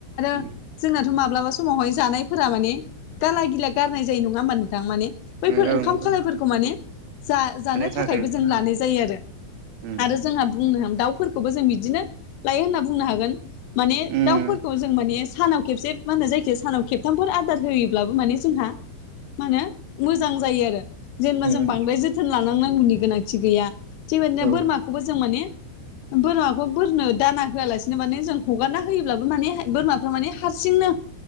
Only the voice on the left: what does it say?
आरो जोंनाथ' माब्लाबा समावहाय जानायफोरा माने गाला गिला गारनाय जायो नङा होमबा नोंथां माने बैफोर
ओंखाम
खालायफोरखौ माने जा जानो
थाखायबो
जों लानाय जायो आरो
आरो जोंहा <unintelligible> दाफोरखौबो जों बिदिनो लायो होनना बुंनो हागोन माने
दाउफोरखौ जों माने सानाव खेबसे मा होनो जायखिया सानाव खेबथामफोर आदार होयोब्लाबो माने जोंहा मा होनो मोजां जायो आरो जेनेबा
जों बांद्राय जोथोन लानांनांगौनि गोनांथि गैया बेबायदिनो
बोरमाखौबो जों माने बोरमाखौ बोरनो दाना होआलासिनो माने जों हगारना होयोब्लाबो माने बोरमाफ्रा माने हारसिंनो